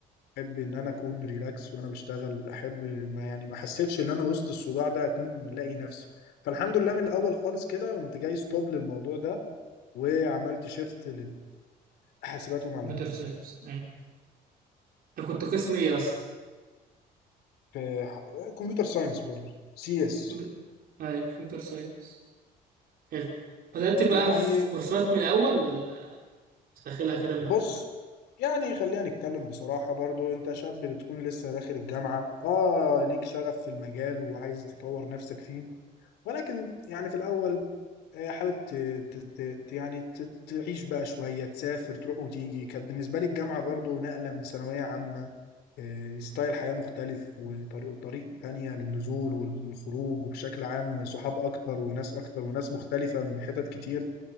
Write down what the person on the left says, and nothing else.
احب ان انا اكون ريلاكس وانا بشتغل احب ما يعني ما حسيتش ان انا وسط الصداع ده اكون لاقي نفسي فالحمد لله من الاول خالص كده قمت جاي ستوب للموضوع ده وعملت شيفت للحاسبات ومعلومات
في كمبيوتر ساينس برضه سي اس
يعني
بص يعني خلينا نتكلم بصراحة برضو انت شاب بتكون لسه داخل الجامعة اه ليك شغف في المجال وعايز تطور نفسك فيه ولكن يعني في الأول آه، حابب ت... ت... ت... ت- يعني ت... تعيش بقى شوية تسافر تروح وتيجي كانت بالنسبة لي الجامعة برضو نقلة من ثانوية عامة آه، ستايل حياة مختلف وطريق طريق تانية للنزول والخروج وبشكل عام صحاب أكتر وناس أكتر وناس مختلفة من حتت كتير